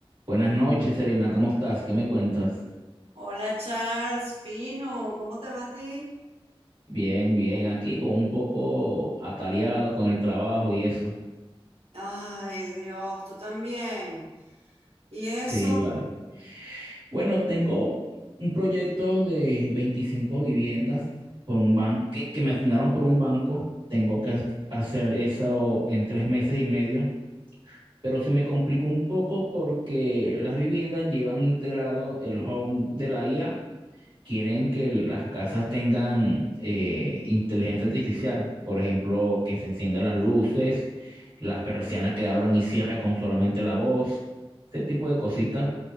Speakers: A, on the right; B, on the right.
A: Buenas noches, Serena, ¿cómo estás? ¿Qué me cuentas?
B: Hola Charles, fino, ¿cómo te va a ti?
A: Bien, bien, aquí con un poco atareado con el trabajo y eso.
B: Ay, Dios, tú también. ¿Y eso?
A: Sí, vale. Bueno, tengo un proyecto de 25 viviendas por un banco que, que me asignaron por un banco. Tengo que ha- hacer eso en tres meses y medio, pero se me complicó un poco porque las viviendas llevan integrado el home de la IA quieren que las casas tengan eh, inteligencia artificial, por ejemplo, que se enciendan las luces, las persianas que abran y cierran con solamente la voz, ese tipo de cositas